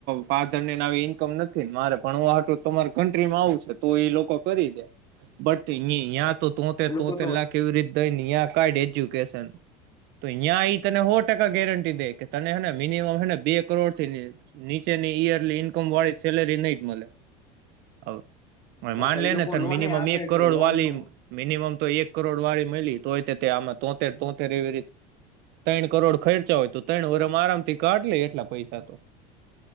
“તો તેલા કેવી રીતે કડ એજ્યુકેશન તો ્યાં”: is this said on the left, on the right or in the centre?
Right